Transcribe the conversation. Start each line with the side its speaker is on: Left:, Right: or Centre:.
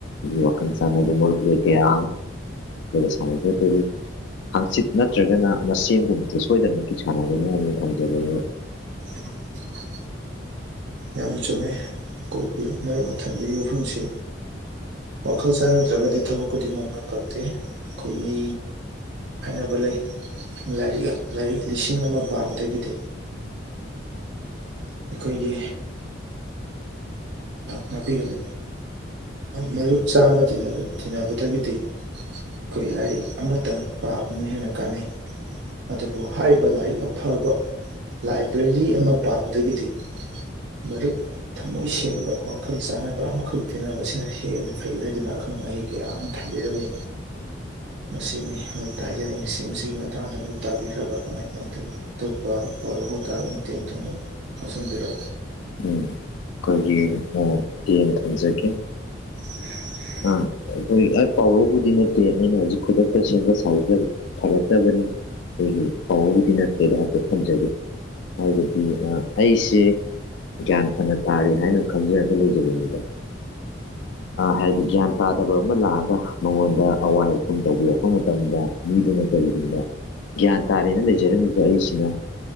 Left: ꯋꯥ ꯆꯪꯗꯨ ꯃꯣꯜ ꯂꯣꯏ ꯀꯦꯌꯥ ꯁꯦ ꯇ ꯍꯥꯡꯆꯤꯠ ꯅꯠꯇ꯭ꯔꯒꯅ ꯃꯦꯟꯒꯨꯝꯕꯁꯦ ꯁꯣꯏꯗꯅꯃꯛꯀꯤ ꯁꯥꯟꯅꯒꯅꯤ ꯍꯥꯏꯅ ꯊꯝꯖꯕꯅꯤ
Right: <unintelligible> ꯌꯥꯝꯅ ꯆꯨꯝꯃꯤ ꯑꯩꯈꯣꯏꯒꯤ ꯃꯔꯨꯞ ꯃ ꯊꯟꯕꯒꯤ ꯋꯥꯐꯝꯁꯤ ꯋꯥꯈꯜ ꯆꯥꯟꯅꯗ꯭ꯔꯒꯗꯤ ꯊꯕꯛ ꯈꯨꯗꯤꯃꯛ ꯃꯥꯏ ꯄꯥꯛꯇꯦ ꯑꯩꯈꯣꯏ ꯃꯤ ꯍꯥꯏꯅꯕ ꯂꯩ ꯂꯥꯏꯔꯤꯛ ꯂꯥꯏꯔꯤꯛ ꯂꯤꯁꯤꯡ ꯑꯃ ꯄꯥꯕꯗꯒꯤꯗꯤ ꯑꯩꯈꯣꯏꯒꯤ ꯉꯥꯛꯄꯤꯒꯅꯤ ꯃꯔꯨꯞ ꯆꯥꯃ ꯇꯤꯟꯅꯕꯗꯒꯤꯗꯤ ꯑꯩꯈꯣꯏ ꯂꯥꯏꯔꯤꯛ ꯑꯃꯇꯪ ꯄꯥꯕꯅ ꯍꯦꯟꯅ ꯀꯥꯟꯅꯩ ꯑꯗꯨꯕꯨ ꯍꯥꯏꯔꯤꯕ ꯂꯥꯏꯔꯤꯛ ꯑꯐꯕ ꯂꯥꯏꯕ꯭ꯔꯦꯔꯤ ꯑꯃ ꯄꯥꯕꯗꯒꯤꯗꯤ ꯃꯔꯔ ꯊꯝꯃꯣꯏ ꯁꯦꯡꯕ ꯋꯥꯈꯜ ꯆꯥꯟꯅꯕ ꯑꯃꯈꯛ ꯇꯤꯟꯅꯕꯁꯤꯅ ꯍꯦꯟꯅ ꯐꯩ ꯍꯥꯏꯗꯨꯅ ꯑꯈꯪ ꯑꯍꯩ ꯀꯌꯥ ꯑꯃ ꯊꯝꯩ ꯕꯤꯔꯝꯅꯤ ꯃꯁꯤꯅꯤ ꯑꯇ ꯍꯥꯏꯖꯅꯤꯡꯉꯤꯁꯤ ꯃꯁꯤꯒꯤ ꯃꯇꯥꯡꯗ ꯃꯠ ꯇꯥꯕꯤꯈ꯭ꯔꯕ ꯀꯃꯥꯏ ꯀꯃꯥꯏꯅ ꯇꯧꯋꯤ ꯑꯇꯣꯞꯄ ꯄꯣꯔꯕꯨ ꯊꯥꯔ ꯃꯨ ꯇꯝꯇ ꯐꯁꯟꯕꯤꯔ
Left: ꯎꯝ ꯑꯩꯈꯣꯏꯒꯤ ꯌꯦꯌꯦꯡ ꯊꯝꯖꯒꯦ
Right: <unintelligible>
Left: ꯑ ꯍꯈꯣꯏ ꯍ ꯄꯥꯎꯔꯧꯕꯗꯤ ꯅꯠꯇꯦ ꯑꯩꯅ ꯍꯧꯖꯤꯛ ꯈꯨꯗꯛꯇ ꯁꯦꯝꯕ ꯁꯥꯖ ꯐꯔꯛꯇꯕꯅꯤ ꯑꯩꯒꯤ ꯄꯥꯎꯧꯕꯗꯤ ꯅꯠꯇꯦꯗꯣ ꯍꯥꯏꯐꯦꯠ ꯊꯝꯖꯒꯦ ꯍꯥꯏꯕꯗꯤ ꯑꯩꯁꯦ ꯒ꯭ꯌꯥꯟ ꯐꯅ ꯇꯥꯔꯦ ꯍꯥꯏꯅ ꯈꯪꯖꯔꯒ ꯂꯩꯖꯕꯦ ꯃꯤꯗ ꯍꯥꯏꯗꯤ ꯒ꯭ꯌꯥꯟ ꯇꯥꯗꯕ ꯑꯃ ꯂꯥꯛꯑꯒ ꯃꯉꯣꯟꯗ ꯑꯋꯥꯏ ꯑꯈꯨꯝ ꯇꯧꯕꯤꯔꯛꯄ ꯃꯇꯝꯗ ꯃꯤꯗꯨꯅ ꯀꯔꯤꯒꯨꯝꯕ ꯒ꯭ꯌꯥꯟ ꯇꯥꯔꯦꯅ ꯂꯩꯖꯔꯝꯃꯤꯕ ꯑꯩꯁꯤꯅ